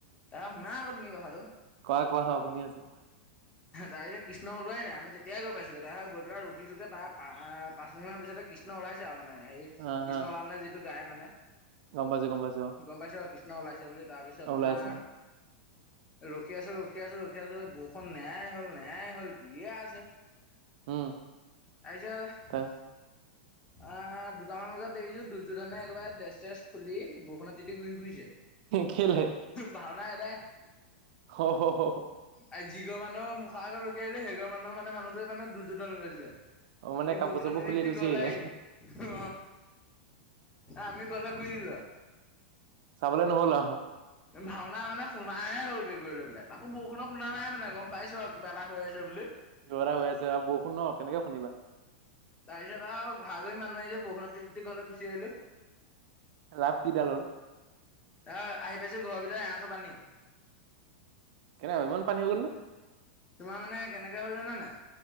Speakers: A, on the left (about 15°); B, on the right (about 55°).
A: <unintelligible> শুনা আকৌ তুমি কথাটো।
B: কোৱা, কোৱা <unintelligible> শুনি আছোঁ।
A: ডাইৰেক্ট। কৃষ্ণ ওলোৱাই নাই, আমি তেতিয়া গৈ পাইছোঁগে। তাহাত গৈ পেলাই ৰখিছোঁগে, তা পাঁচমিনিটমান পিছতে কৃষ্ণ ওলাইছে আৰু মানে হেৰি
B: আহ
A: কৃষ্ণ
B: হা
A: উলাউন্তে যিটো গায় মানে।
B: গম পাইছো গম পাইছো
A: গম পাইছ, কৃষ্ণ ওলাইছে বুলি। তাৰপিছত
B: অ ওলাইছা
A: তোমাৰ ৰখি আছো, ৰখি আছো, ৰখি আছো বৰুখন নেয়াই হল, নোয়াই হল দিয়ে আছে।
B: উম
A: তাৰ পিছ
B: তাৰ
A: আ দুটামান বজাত দেৰিছো দুৰ্যোধনে একেবাৰে ড্ৰেছ চেছ খুলি ব বৰষুণত তিতি ঘূৰি ঘুৰিছে।
B: কেলে
A: ভাওনা এদাই।
B: অ হ হ হ।
A: আৰু যিঘৰ মানুহ মুখ আগত ৰখি আহিলে সেই ঘৰ মানুহ মানে মানুহটোৱে মানে দুৰ্যোধন লৈছিলে।
B: অ মানে
A: সি
B: কাপোৰ
A: বৰষুণত
B: চাপোৰ
A: তিতি
B: খুলি
A: তিতি
B: গুচি
A: ঘৰলে
B: আহিলে
A: আহিছে। অ, আমি গলে ঘুই <unintelligible>
B: চাবলে নহ'ল আহ।
A: ভাওনা মানে শুনাই হলগে গৈ লৈ পেলাই। তাকো বৰষুণত শুনা নাই মানে গম পাইছো আও কিবা এটা হৈ আছে বুলি।
B: কিবা এটা হৈ আছে আৱ। বৰষুণ ন, কেনেকে শুনিবা?
A: তাৰপিছত আৱ ঘৰা ঘৰি মানুহ আহিছে বখুনত তিতি তিতি ঘলে গুচি আহিলোঁ।
B: লাভ কিডাল হ'ল
A: অ, আহি পাইছো ঘৰৰ ভিতৰত এ আঁঠু পানী।
B: কেনেকা ইমান পানী হৈ গল নে?
A: তোমাৰ মানে কেনেকে হল জানেনে?